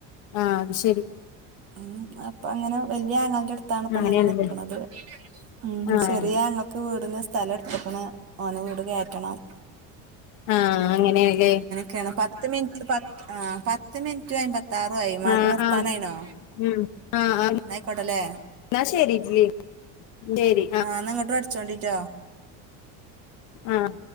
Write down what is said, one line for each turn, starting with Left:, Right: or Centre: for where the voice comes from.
Left: ആഹ് അത് ശരി
Right: ഉം അപ്പൊ അങ്ങനെ വലിയ ആങ്ങളെടടുത്താണ് ഇപ്പൊ
Left: അങ്ങനെയാണല്ലേ
Right: ഞങ്ങൾ നിക്കണത് ഉം
Left: ആഹ്
Right: ചെറിയാങ്ങളക്ക് വീട്ന് സ്ഥലം എട്ത്ത്ക്ക്ണ് ഓന് വീട് കേറ്റണം
Left: ആഹ് അങ്ങനെയല്ലേ
Right: കെണ്പത്തു മിൻറ്റ് പത്ത് ആഹ് പത്ത് മിൻറ്റും ഐമ്പത്താറു ആയി മ
Left: ആഹ്
Right: നിർ ത്താനായ്നോ
Left: ആഹ് ഉം ആഹ്
Right: ഇന്ന അയ്ക്കോട്ടല്ലേ
Left: എന്നാ ശെരിട്ലേ ഇന്റെരി
Right: ആഹ് ഇന്ന ഇങ്ങട്ടും അടിച്ചോണ്ടിട്ടോ
Left: ആഹ്